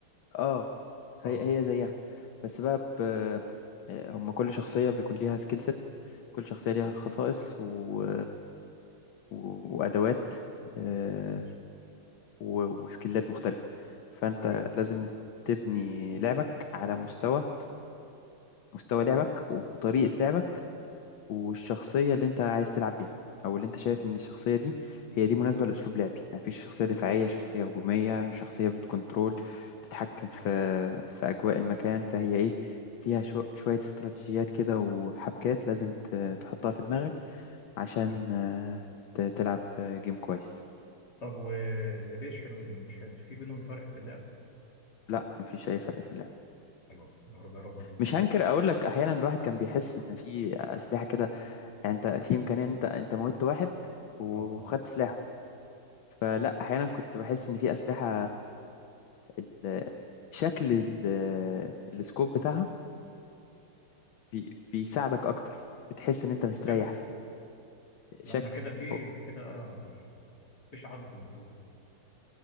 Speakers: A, on the left; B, on the left.
A: آه، هي
B: اه
A: هي زيها بس بقى ب... آه، هما كل شخصية بيكون ليها سكيل set كل شخصية ليها خصائص و... و... وأدوات آه،
B: مش
A: و- وسكيلات مختلفة فأنت
B: حارب
A: لازم تبني لعبك على مستوى مستوى لعبك وبطريقة لعبك والشخصية اللي أنت عايز تلعب بيها أو اللي أنت شايف إن الشخصية دي هي دي مناسبة لأسلوب لعبي يعني مفيش شخصية دفاعية شخصية هجومية شخصية بتكنترول بتتحكم في
B: اه
A: في أجواء المكان فهي إيه فيها شو شوية استراتيجيات كده وحبكات لازم ت- تحطها في دماغك عشان
B: تمام
A: آه، ت- تلعب آه، جيم كويس
B: طب واللي بيشحن واللي ما بيشحنش في بينهم فرق في اللعب
A: لا مفيش أي فرق في اللعب
B: خلاص نجربها دي الفتره
A: مش هنكر
B: الجايه
A: اقول لك احيانا الواحد كان بيحس ان في اسلحه كده يعني انت في امكانيه ان انت انت موتت واحد وخدت
B: اه
A: سلاحه فلا احيانا كنت بحس ان في اسلحه ال- شكل ال- السكوب بتاعها بي- بيساعدك اكتر بتحس ان انت مستريح
B: شكل
A: في
B: لا
A: شكله
B: ما كده في
A: هو-
B: في كده آه، يعني مفيش عدل في الموضوع